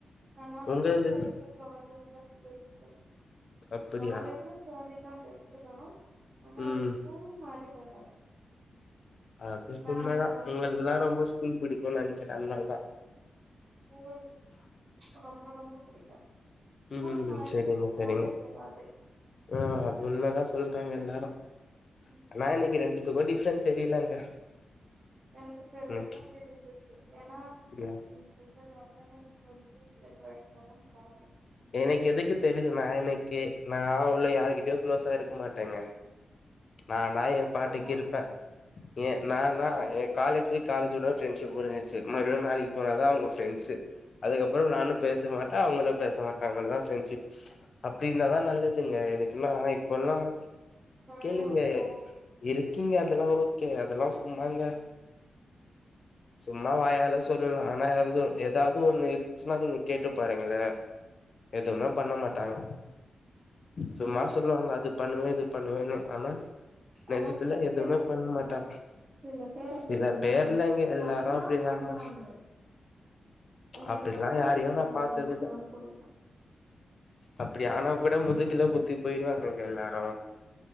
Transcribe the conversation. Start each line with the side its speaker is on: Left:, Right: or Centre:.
Right: நா நா ஸ்கூல்
Left: உங்க இதுல
Right: லைஃப் ஜாலிங்க பெஸ்ட்டு
Left: அப்படியா
Right: காலேஜு ஜாலி தா பெஸ்ட்டு தா ஆனா
Left: ம்
Right: ஸ்கூல் மாரி வராது
Left: அது
Right: மேம
Left: உண்மதா
Right: வந்து
Left: உங்களுக்கெல்லா ரொம்ப ஸ்கூல் பிடி குனு நெனைக்கிற அதனால் தா
Right: ஸ்கூல் ரொம்ப ரொம்ப பிடிக்கு ஸ்கூல்
Left: ம்
Right: மாரி
Left: சரிங்க சரிங்க
Right: காலேஜ் வராது
Left: ஆ அது உண்மதா சொல்றாங்க எல்லாரு
Right: ம்
Left: ஆனா எனக்கு ரெண்டு எதுவு டிஃப்ரெண்ட் தெரியலங்க
Right: எனக்கு பெருசா
Left: எனக்கு
Right: தெரிஞ்சிச்சு ஏன்னா
Left: யா
Right: இங்க வந்து அட்டென்ட் சொல்லி எவ்ளோ எடத்தல்லா ப்ரா
Left: எனக்கு எதுக்கு தெரியுதுனா எனக்கு
Right: ப்ராப்ளம் இல்ல
Left: நா அவ்ளோ யாருகிட்டயோ க்ளோஸா இருக் மாட்டேங்க நானா ஏ பாட்டுக்கிருப்பே
Right: அதுதா
Left: ஏ நானா
Right: ம்
Left: எ காலேஜு காலேஜோட ஃரெண்ட்ஷிப் முடிஞ்சிருச்சு மறுபுடியு நாளைக்கு அவ்ளோ தா அவங்க ஃரெண்ட்ஸ்ஸு அதுக்கப்பற நானு பேசமாட்ட அவங்களு பேச மாட்டாங்க இவ்ளோதா ஃப்ரெண்ட்ஷிப் அப்டின்னாதா நல்லதுங்க இதுக்கெல்லா இப்பல்லா கேளுங்க
Right: யா இருப்போ
Left: இருக்கீங்க அதெல்லா ஓகே அதெல்லா சும்மாங்க சும்மா வாயால சொல்லலா ஆனா எதும் எதாது ஒன்னு இருந்துச்சுன்னா அத நீங்க கேட்டு பாருங்களே எதுவுமே பண்ண மாட்டாங்க சும்மா
Right: ம்
Left: சொல்வாங்க அது பண்ணுவே இது பண்ணுவேனு ஆனா
Right: ஆனா
Left: நெஜத்துல
Right: சில பேர்
Left: எதுவுமே
Right: அப்டி
Left: பண்ண மாட்டாங்க
Right: னா சில பேர் அப்பிடி
Left: சில
Right: எல்லா
Left: பேர்லங்க
Right: இல்ல
Left: எல்லாரு
Right: சொன்னா
Left: அப்டிதாங்க
Right: பண்ணுவாங்க எனக்கு
Left: அப்டிலா
Right: ஆயிருக்குங்க
Left: யாரையு நா பாத்ததில்ல
Right: அதா சொல்றே
Left: அப்டி ஆனா கூட முதுக்குல குத்தி போயிடுவாங்கங்க எல்லாரு